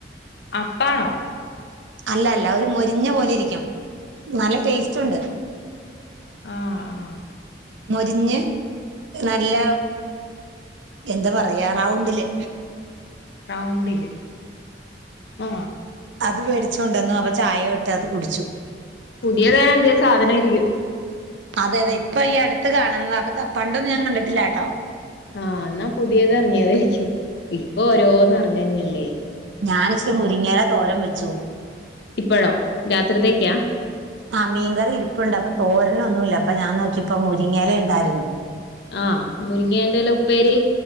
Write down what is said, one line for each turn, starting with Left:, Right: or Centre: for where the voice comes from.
Left: അപ്പാണോ
Right: അല്ല അല്ല ഒരു മൊരിഞ്ഞ പോലെ ഇരിക്കും നല്ല ടേസ്റ്റ് ഉണ്ട്
Left: ആഹ് ആഹ്
Right: മുരിഞ്ഞ് നല്ല എന്താ പറയാ റൗണ്ടില്
Left: റൗണ്ടില് ആ
Right: അത് മേടിച്ച് കൊണ്ട് വന്നു അപ്പൊ ചായ ഇട്ട് അത് കുടിച്ചു.
Left: പുതിയതായ എന്തെലും സാധനായിരിക്കും
Right: അതെ അതെ ഇപ്പൊ ഈ അടുത്ത് കാണുന്നതാ പണ്ടൊന്നും ഞാൻ കണ്ടിട്ടില്ലാട്ടോ
Left: ആഹ് എന്നാ പുതിയത് ഇറങ്ങിയതായിരിക്കും ഇപ്പൊ ഓരോന്ന് ഇറങ്ങന്നെയല്ലേ
Right: ഞാനി ഇച്ചിരി മുരിങ്ങേല തോരം വെച്ചു
Left: ഇപ്പഴോ രാത്രിത്തേക്കാ
Right: ആ മീൻകറി ഇരിപ്പുണ്ട് അപ്പൊ തോരന ഒന്നുല്ലാ അപ്പൊ ഞാൻ നോക്കിയപ്പോ മുരിങ്ങേല ഇണ്ടായിരുന്നു
Left: ആഹ് മുരിങ്ങിയേന്റെ ഇല ഉപ്പേരി